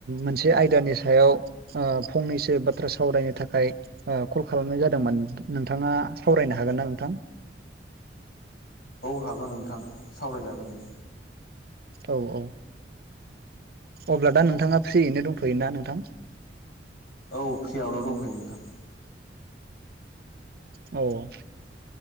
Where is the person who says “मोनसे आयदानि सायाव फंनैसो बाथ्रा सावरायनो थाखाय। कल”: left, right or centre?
Right